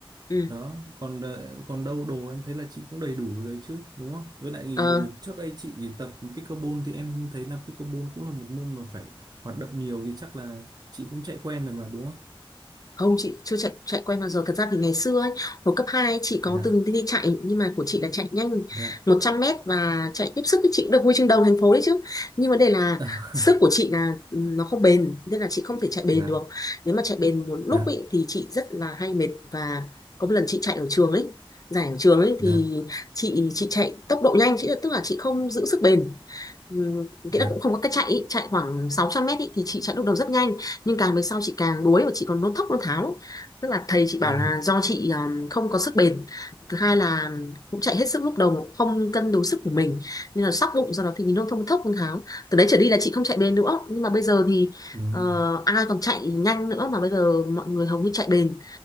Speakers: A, on the left; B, on the right.
A: ừ
B: đó còn ờ, còn đâu đồ em thấy là chị cũng đầy đủ rồi chứ đúng không với lại thì
A: Ờ,
B: ờ, trước đây chị tập pickleball thì em thấy là pickleball cũng là một môn mà phải hoạt động nhiều thì chắc là chị cũng chạy quen rồi mà đúng không
A: Không chị chưa chạy chạy quay bao giờ Thật ra thì ngày xưa ấy, hồi cấp 2 ấy, chị có
B: dạ
A: từng đi, đi chạy Nhưng mà của chị là chạy nhanh
B: dạ
A: một trăm mét Và chạy tiếp sức thì chị cũng được huy chương đầu thành phố đấy chứ Nhưng vấn đề là
B: <laughs>
A: sức của chị là ừ, nó không bền Nên là chị không thể chạy bền
B: dạ
A: được Nếu mà chạy bền một lúc
B: dạ
A: ấy, thì chị rất là hay mệt Và có một lần chị chạy ở trường ấy Giải ở trường ấy thì
B: dạ
A: chị chị chạy tốc độ nhanh chị tức là chị không giữ sức bền Ừ, nghĩa
B: dạ
A: là cũng không có cách chạy ý. chạy khoảng 600 mét ý, thì chị chạy lúc đầu rất nhanh nhưng càng về sau chị càng đuối và chị còn nôn thốc nôn tháo tức là thầy chị bảo
B: ờ
A: là do chị um, không có sức bền thứ hai là cũng chạy hết sức lúc đầu không cân đối sức của mình nên là sóc bụng do đó thì mình nôn thốc nôn thốc nôn tháo từ đấy trở đi là chị không chạy bền nữa nhưng mà bây giờ thì
B: đúng
A: ờ,
B: rồi
A: ai còn chạy nhanh nữa mà bây giờ mọi người hầu như chạy bền